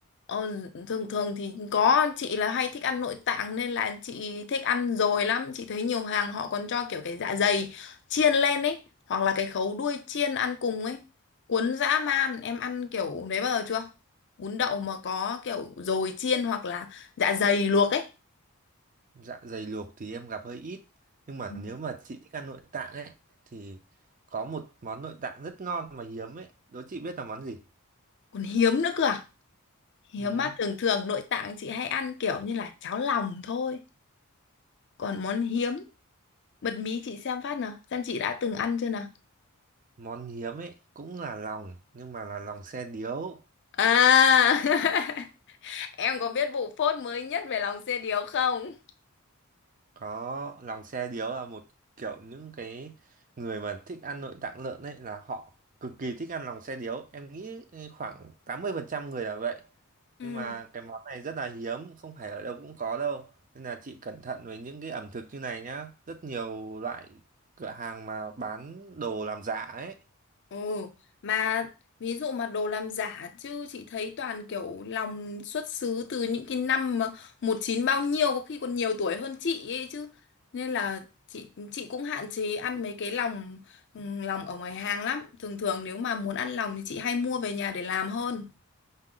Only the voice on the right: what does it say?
Dạ dày luộc thì em gặp hơi ít nhưng mà
nếu mà chị thích ăn nội tạng ấy thì có một món nội tạng rất ngon mà hiếm ấy đố chị biết là món gì
ừ.
món hiếm ấy cũng là lòng nhưng mà là lòng xe điếu
có lòng xe điếu là một kiểu những cái người mà thích ăn nội tạng lợn ấy là họ cực kỳ thích ăn lòng xe điếu em nghĩ khoảng 80% người là vậy
nhưng mà cái món này rất là hiếm không phải ở đâu cũng có đâu nên là chị cẩn thận với những cái ẩm thực như này nhá rất nhiều loại cửa hàng mà bán đồ làm giả ấy